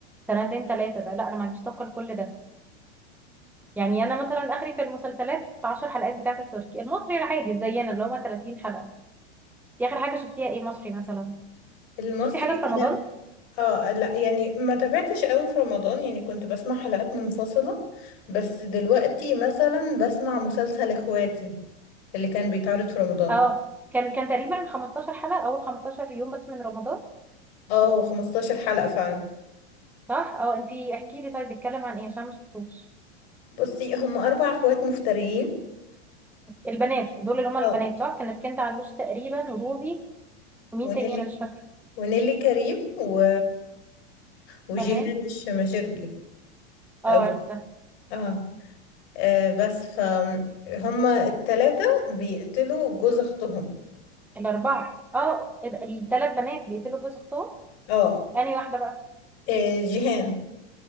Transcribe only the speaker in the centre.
سنتين ثلاثه ده لا انا ما عنديش طاقه لكل ده يعني انا مثلا اخري في المسلسلات 10 حلقات بتاعت التركي المصري العادي زينا اللي هما 30 حلقه دي اخر حاجه شفتيها ايه مصري مثلا
شفتي حاجه في رمضان
اه كان كان تقريبا 15 حلقه اول 15 يوم بس من رمضان
صح اه انتي احكي لي طيب بيتكلم عن ايه عشان ما شفتوش
البنات دول اللي هما
البنات صح كانت كنت علوش تقريبا وروبي ومين
تاني انا مش فاكره
تمام
اه
عرفتها
الاربعه اه الثلاث بنات بيقتلوا جوز اختهم
انهي واحده بقى